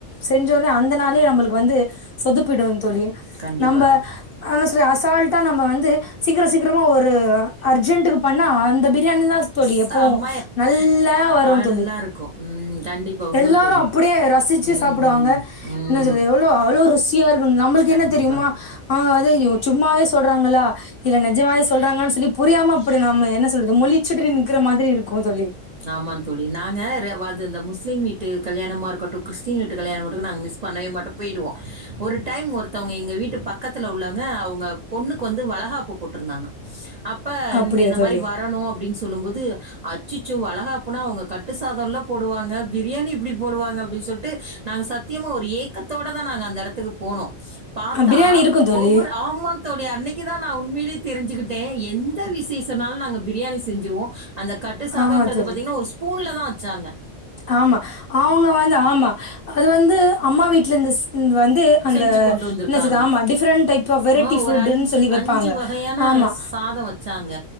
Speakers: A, on the left; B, on the right.
A: செஞ்சோன அந்த நாளே நம்மளுக்கு வந்து சொதிப்பிடு தோளி
B: கண்டிப்பா
A: நம்ப
B: தோழி.
A: ஆன செரி அசால்ட்டா நம்ம வந்து சீக்கிரோ சீக்கிரமா ஒரு அர்ஜென்ட்க்கு பண்ணா அந்த பிரியாணிதா தோளி
B: செம்மையா
A: எப்போவு நல்லா வரு
B: நல்லா
A: தோளி
B: இருக்கும். ம். கண்டிப்பா உண்ம
A: எல்லாரு
B: தோழி.
A: அப்பிடியே ரசிச்சு
B: ம்.
A: சாப்பிடுவாங்க
B: ம்.
A: என்ன சொல்றது எவ்ளோ அவ்ளோ ருசியா இருக்கு நம்மளுக்கு
B: கண்டிப்பா.
A: என்ன தெரியுமா அவுங்க வந்து சும்மாவே சொல்றாங்க வுங்கள்ளா இல்ல நெஜமாவே சொல்றாங்கன்னு சொல்லி புரியாம அப்டி நாம என்ன சொல்றது மொழிச்சிட்டு நிக்ற மாரி இருக்கு தோழி
B: ஆமாந் தோழி நாங்க அது இந்த முஸ்லிம் வீ ட்டு கல்யாணமா இருக்கட்டு கிறஸ்டின் வீட்டு கல்யாணமா இருக்கட்டு நாங்க மிஸ் பண்ணவே மாட்டோ போய்டுவோ ஒரு டைம் ஒருத்தவங்க எங்க வீட்டு பக்கத்தில உள்ளவங்க அவுங்க பொண்ணுக்கு வந்து வள காப்புக்கு கூப்டிருந்தாங்க அப்ப
A: அப்படியா
B: நீங்க இந்த
A: தோழி
B: மாரி வரணு அப்டின்னு சொ ல்லும்போது அச்சச்சோ வளைகாப்புனா அவுங்க கட்டு சாதோல்ல போடுவாங்க பிரியாணி எப்டி போடுவாங்க அப்டி சொல்ட்டு நாங்க சத்தியமா ஒரு ஏக்கத்தோடதா நாங்க அந்த எடத்துக்கு போனோ பாத்தா
A: பிரியாணி இருக்கு தோழி
B: ஒவ்வொரு ஆமாத்தோழி அன்னைக்குதா நா உண்மையிலே தெரிஞ்சிக்கிட்டே எந்த விசேஷனாலு நாங்க பிரியாணி செஞ்சிருவோ அந்த கட்டு சாதோன்றது
A: ஆமா தோழி.
B: பாத்தீங்கன்னா ஒரு ஸ்பூன்லதா வெச்சாங்க
A: ஆமா அவுங்க வந்து ஆமா அது வந்து அம்மா வீட்லந்து வந்து அந்த
B: செஞ்சு
A: ஆ
B: கொண்டு வந்திருக்காங்க.
A: இல்ல சிஸ் ஆமா different type of variety
B: ah
A: ஃபுட்னு
B: ஒரு
A: சொல்லி வெ ப்பாங்க
B: வகையான
A: ஆமா
B: சாதம் வச்சாங்க.